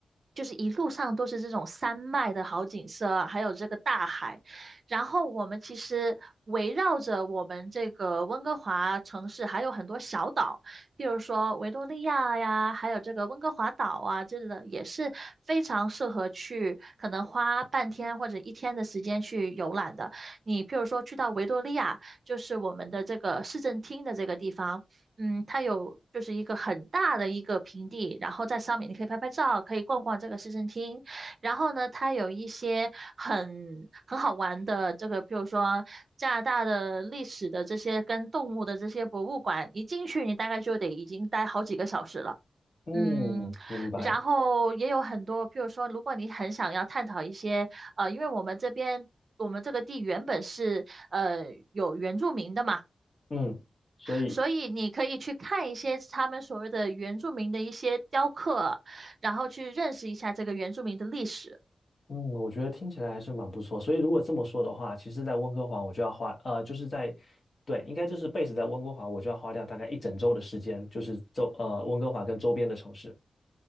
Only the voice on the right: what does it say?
就是一路上都是这种山脉的好景色啊还有这个大海。然后我们其实围绕着我们这个温哥华城市还有很多小岛，比如说维多利亚呀，还有这个温哥华岛啊，这类的也是非常适合去，可能花半天或者一天的时间去游览的。你譬如说去到维多利亚。就是我们的这个市政厅的这个地方，嗯，它有就是一个很大的一个平地，然后在上面你可以拍拍照，可以逛逛这个市政厅。然后呢，它有一些很很好玩的这个，比如说加拿大的历史的这些跟动物的这些博物馆，一进去你大概就得已经待好几个小时了。
嗯，
然后也有很多，譬如说，如果你很想要探讨一些，呃，因为我们这边我们这个地原本是呃有原住民的嘛，
所以你可以去看一些他们所谓的原住民的一些雕刻，然后去认识一下这个原住民的历史。